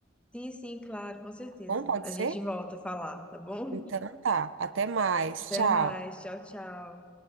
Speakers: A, in the centre; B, on the right (about 70°).
A: Sim, sim, claro, com certeza.
B: Bom, pode
A: A gente
B: ser?
A: volta a falar, tá bom?
B: Então
A: <laughs>
B: tá. Até mais.
A: Até
B: Tchau.
A: mais. Tchau, tchau.